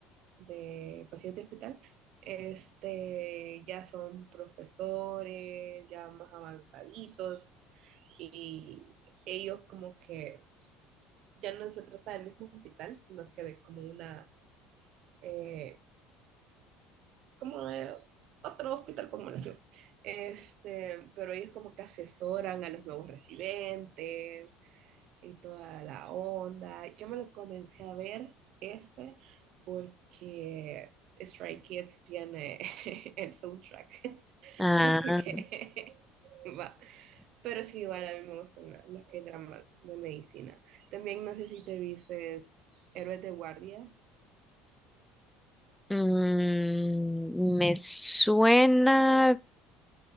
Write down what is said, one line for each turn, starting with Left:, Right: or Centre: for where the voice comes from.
Right: de paciente de hospital, este, ya son profesores, ya más avanzaditos, y ellos como que ya no se trata del mismo hospital, sino que de como una, eh, como de otro hospital, por así. Este, pero ellos como que asesoran a los nuevos residentes, y toda la onda. Yo me lo comencé a ver este porque Stray Kids tiene <laughs> el soundtrack, <laughs>
Centre: Ah,
Right: no porque <laughs> va. Pero sí, igual a mí me gustan los que hay dramas de medicina. También no sé si te viste Héroes de Guardia.
Centre: mm, me suena...